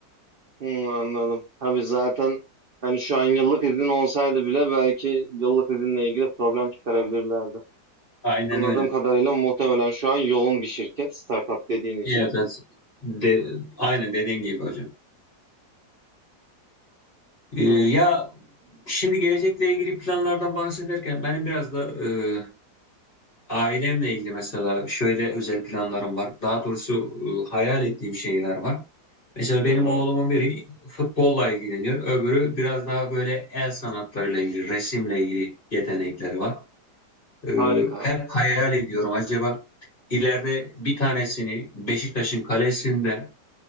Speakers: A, on the right; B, on the left.
A: hmm, anladım. Tabii zaten hani şu an yıllık izin olsaydı bile belki yıllık izinle ilgili problem çıkarabilirlerdi.
B: Aynen
A: Anladığım
B: öyle.
A: kadarıyla muhtemelen şu an yoğun bir şirket startup dediğin için.
B: Evet, evet. De, aynen dediğin gibi hocam. Ee,
A: Anladım.
B: ya şimdi gelecekle ilgili planlardan bahsederken benim biraz da e, ailemle ilgili mesela şöyle özel planlarım var. Daha doğrusu e, hayal ettiğim şeyler var. Mesela benim
A: Hı hı,
B: oğlumun biri futbolla ilgileniyor. Öbürü biraz daha böyle el sanatlarıyla ilgili, resimle ilgili yetenekleri var. Ee,
A: harika.
B: hep hayal ediyorum acaba ileride bir tanesini Beşiktaş'ın kalesinde